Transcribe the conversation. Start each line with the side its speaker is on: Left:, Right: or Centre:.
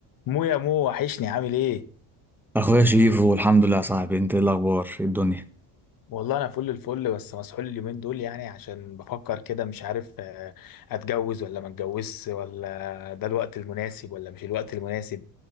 Left: مو يا مو وحشني عامل ايه
Centre: اخويا شريفو الحمد لله يا صاحبي انت ايه الاخبار ايه الدنيا
Left: والله انا فل الفل بس مسحول اليومين دول يعني عشان بفكر كده مش عارف آه، اتجوز ولا ما اتجوزش ولا ده الوقت المناسب ولا مش الوقت المناسب